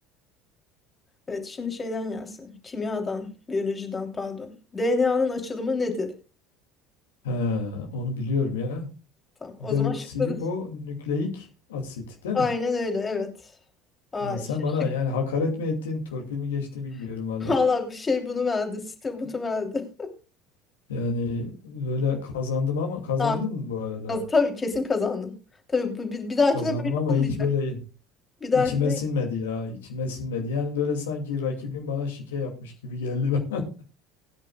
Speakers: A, on the left (about 25°); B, on the left (about 70°).
A: Evet şimdi şeyden gelsin. Kimyadan, biyolojiden pardon. DNA'nın açılımı nedir?
B: He, onu biliyorum ya.
A: Tamam. O
B: Deoksiribonükleik
A: zaman şıkları.
B: asit değil
A: Aynen
B: mi?
A: öyle evet. Ay
B: Ya sen
A: şey,
B: bana
A: şık.
B: yani hakaret mi ettin, torpil mi geçti bilmiyorum
A: <laughs>
B: valla.
A: Valla bir şey bunu verdi. Site bunu verdi.
B: Yani böyle kazandım ama
A: <laughs>
B: kazandım
A: Tamam
B: mı bu arada?
A: Kaz- Tabii kesin kazandın. Tabii bu, bir, bir dahakine
B: Kazandım
A: böyle
B: ama
A: olmayacak.
B: hiç böyle
A: Bir
B: içime
A: dahakine
B: sinmedi ya, içime sinmedi. Yani böyle sanki rakibim bana şike yapmış gibi geldi. <laughs>